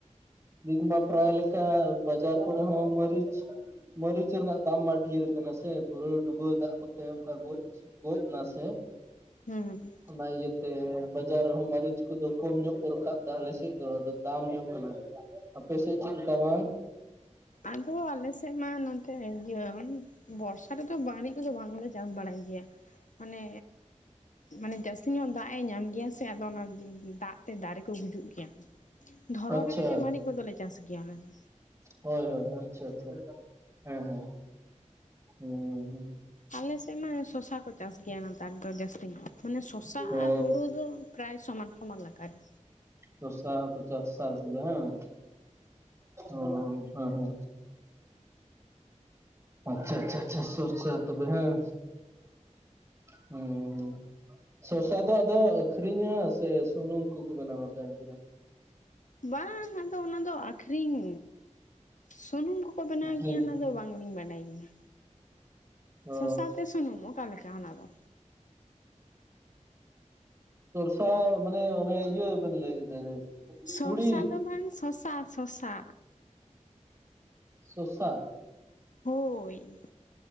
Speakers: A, on the right; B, on the left.
A: ᱱᱤᱛ ᱢᱟ ᱯᱨᱟᱭ ᱞᱮᱠᱟ ᱵᱟᱡᱟᱨ ᱠᱚᱨᱮ ᱦᱚᱸ ᱢᱟᱹᱨᱤᱪ, ᱢᱟᱹᱨᱤᱪ ᱨᱮᱱᱟᱜ ᱫᱟᱢ ᱢᱟ ᱰᱷᱮᱨ ᱟᱠᱟᱱᱟ ᱥᱮ, ᱯᱩᱨᱟᱹ ᱰᱩᱵᱟᱹ ᱫᱟᱜ ᱠᱚᱛᱮ ᱚᱱᱠᱟ ᱜᱚᱡ ᱜᱚᱡᱽ ᱱᱟ ᱥᱮ᱾
B: ᱦᱩᱸ᱾
A: ᱚᱱᱟ ᱤᱭᱟᱹ ᱛᱮ, ᱵᱟᱡᱟᱨ ᱨᱮᱦᱚᱸ ᱢᱟᱹᱨᱤᱪ ᱠᱚᱫᱚ ᱠᱚᱢ ᱧᱚᱜ ᱠᱚ ᱨᱟᱠᱟᱵ ᱫᱟ ᱟᱞᱮ ᱥᱮᱫ ᱫᱚ, ᱟᱫᱚ ᱫᱟᱢ ᱧᱚᱜ ᱠᱟᱱᱟ᱾ ᱟᱯᱮ ᱥᱮᱫ ᱪᱮᱫ ᱞᱮᱠᱟ ᱵᱟᱝ?
B: ᱟᱫᱚ ᱟᱞᱮ ᱥᱮᱫ ᱢᱟ ᱱᱚᱱᱛᱮ ᱤᱭᱟᱹ ᱵᱚᱨᱥᱟ ᱨᱮᱫᱚ <unintelligible> ᱠᱚᱫᱚ ᱵᱟᱝᱞᱮ ᱪᱟᱥ ᱵᱟᱲᱟᱭ ᱜᱮᱭᱟ ᱢᱟᱱᱮ ᱢᱟᱱᱮ ᱡᱟᱹᱥᱛᱤ ᱧᱚᱜ ᱫᱟᱜ-ᱮ ᱧᱟᱢ ᱜᱮᱭᱟ ᱥᱮ ᱟᱫᱚ ᱚᱱᱟ ᱫᱟᱜ ᱛᱮ ᱫᱟᱨᱮ ᱠᱚ ᱜᱩᱡᱩᱜ ᱜᱮᱭᱟ ᱫᱷᱚᱨᱚᱱ
A: ᱟᱪᱪᱷᱟ
B: ᱨᱮᱜᱮ ᱡᱟ ᱢᱟᱹᱨᱤᱪ ᱠᱚᱫᱚᱞᱮ ᱪᱟᱥ ᱜᱮᱭᱟ ᱟᱞᱮ ᱫᱚ᱾
A: ᱦᱳᱭ ᱦᱳᱭ ᱟᱪᱪᱷᱟ ᱟᱪᱪᱷᱟ ᱦᱮᱸ ᱦᱮᱸ᱾ ᱦᱩᱸ ᱦᱩᱸ᱾
B: ᱟᱞᱮ ᱥᱮᱫ ᱢᱟ ᱥᱚᱥᱟ ᱠᱚ ᱪᱟᱥ ᱜᱮᱭᱟ ᱱᱮᱛᱟᱨ ᱫᱚ ᱡᱟᱹᱥᱛᱤ ᱧᱚᱜ, ᱢᱟᱱᱮ ᱥᱚᱥᱟ
A: ᱚ
B: ᱟᱨ ᱦᱩᱲᱩ ᱫᱚ ᱯᱨᱟᱭ ᱥᱚᱢᱟᱱ ᱥᱚᱢᱟᱱ ᱞᱮᱠᱟᱜ ᱜᱮ᱾
A: ᱥᱚᱥᱟ ᱦᱚᱸᱠᱚ ᱪᱟᱥ ᱥᱟᱥ ᱜᱮᱭᱟ ᱦᱮᱸ? ᱚ ᱦᱮᱸ ᱦᱮᱸ᱾ ᱟᱪᱪᱷᱟ ᱟᱪᱪᱷᱟ ᱟᱪᱪᱷᱟ ᱥᱚᱥᱟ ᱛᱚᱵᱮ ᱦᱮᱸ, ᱦᱩᱸ᱾ ᱥᱚᱥᱟ ᱫᱚ ᱟᱫᱚ ᱟᱹᱷᱨᱤᱧᱟ ᱥᱮ ᱥᱩᱱᱩᱢ ᱠᱚᱠᱚ ᱵᱮᱱᱟᱣᱟ ᱟᱯᱮ ᱚᱱᱛᱮ ᱫᱚ?
B: ᱵᱟᱝ ᱟᱱ ᱫᱚ ᱚᱱᱟ ᱫᱚ ᱟᱠᱷᱨᱤᱧ, ᱥᱩᱱᱩᱢ ᱠᱚᱠᱚ ᱵᱮᱱᱟᱣ
A: ᱟᱹᱠᱷᱨᱤᱧ
B: ᱜᱮᱭᱟ ᱚᱱᱟ ᱫᱚ ᱵᱟᱝᱞᱤᱧ ᱵᱟᱰᱟᱭ ᱜᱮᱭᱟ᱾
A: ᱚ
B: ᱥᱚᱥᱟ ᱛᱮ ᱥᱩᱱᱩᱢ ᱚᱠᱟ ᱞᱮᱠᱟ ᱚᱱᱟ ᱫᱚ?
A: ᱥᱚᱨᱥᱟ ᱢᱟᱱᱮ ᱚᱱᱮ ᱤᱭᱟᱹ ᱵᱮᱱ ᱞᱟᱹᱭᱫᱟ,
B: ᱥᱚᱨᱥᱟ
A: ᱛᱩᱲᱤ
B: ᱫᱚ ᱵᱟᱝ ᱥᱚᱥᱟ ᱥᱚᱥᱟ᱾
A: ᱥᱚᱥᱟ?
B: ᱦᱳᱭ᱾